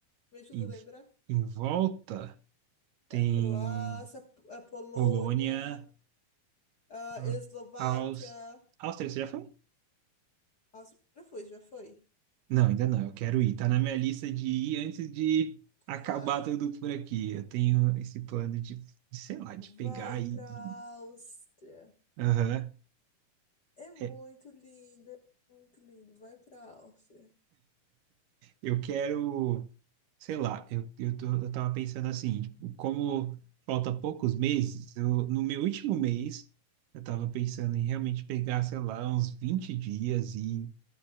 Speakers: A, on the left (about 45°); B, on the right (about 75°).
A: Me ajuda
B: Em,
A: a lembrar.
B: em volta tem
A: É a Croácia, a Polônia,
B: Polônia,
A: a
B: ah,
A: Eslováquia.
B: Aus- Áustria, você já foi?
A: Nossa, já foi, já foi.
B: Não, ainda não. Eu quero ir. Tá na minha lista de ir antes de acabar
A: Ai,
B: tudo por aqui. Eu tenho esse plano de, de, sei lá, de pegar
A: vai
B: e
A: pra
B: e-
A: Áustria.
B: Aham.
A: É muito
B: É,
A: lindo, é muito lindo. Vai pra Áustria.
B: eu quero, sei lá, eu, eu, tô, eu tava pensando assim, tipo, como falta poucos meses, eu, no meu último mês, eu tava pensando em realmente pegar, sei lá, uns 20 dias e